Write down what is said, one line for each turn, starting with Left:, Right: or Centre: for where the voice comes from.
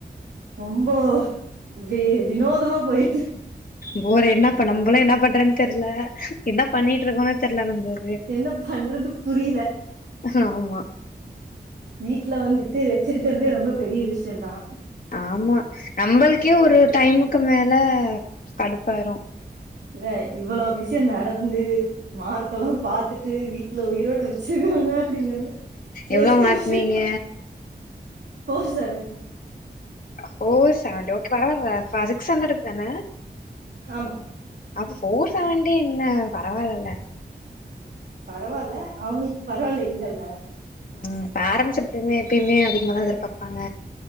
Right: ரொம்போ வி வினோதமா போயி
Left: போற என்னப்ப நம்மபளு என்ன பண்றன்னு தெர்ல என்ன பண்ணிட்டு இருக்கோனு தெர்ல நம்ப
Right: என்ன பண்றது புரியல
Left: ஆமா
Right: வீட்ல வந்துட்டு வச்சிருக்கறதே ரொம்ப பெரிய விஷியந்தா
Left: ஆமா நம்பளுக்கே ஒரு டைமுக்கு மேல கடுப்பாயிரு
Right: இவே இவ்வளோ விஷயோ நடந்து மார் இதெல்லா பாத்துட்டு வீட்ல உயிரோட வச்சிருக்காங்க அப்டிங்கிறதே பெரிய
Left: எவ்ளோ மார்க்னீங்க
Right: விஷயோ four seventy
Left: four seventy okay பரவால்ல சிக்ஸ் ஹண்ட்ரெட்க்கு தான
Right: ஆமா
Left: அப்ப ஃபோர் செவண்டி என்ன பரவால்லல
Right: பரவால்ல அவுங்களுக்கு பரவால்ல இல்லல்ல
Left: ம் பேரண்ட்ஸ் எப்டியுமே எப்பயுமே அதிகமாதா எதிர்பாப்பாங்க